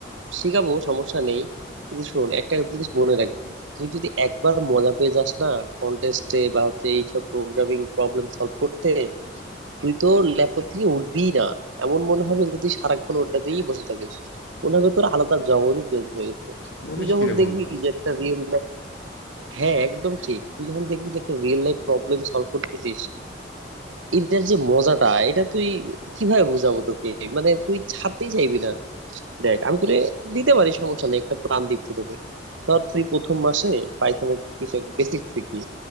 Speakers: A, on the right; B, on the left.
A: শিখাবো সমস্যা নেই কিন্তু শোন একটা জিনিস মনে রাখবি তুই যদি একবার মজা পেয়ে যাস না কন্টেস্টে বা হচ্ছে এইসব প্রোগ্রামিং প্রবলেম সলভ করতে তুই তো ল্যাপটপ থেকে উঠবিই না এমন মনে হবে যে তুই সারাক্ষণ ওটাতেই বসে থাকিস মনে হবে তোর আলাদা জগতই চেঞ্জ হয়ে গেছে
B: বলিস
A: তুই যখন
B: কি রে বন্ধু
A: দেখবি যে একটা রিয়েল হ্যাঁ একদম ঠিক তুই যখন দেখবি যে একটা রিয়েল লাইফ প্রবলেম সলভ করতেছিস এটার যে মজাটা এটা তুই কিভাবে বুঝাবো তোকে মানে তুই ছাড়তেই চাইবি না দেখ আমি তোরে দিতে পারি সমস্যা নেই একটা প্ল্যান দিচ্ছি তোকে ধর তুই প্রথম মাসে পাইথনের কিছু বেসিক শিখবি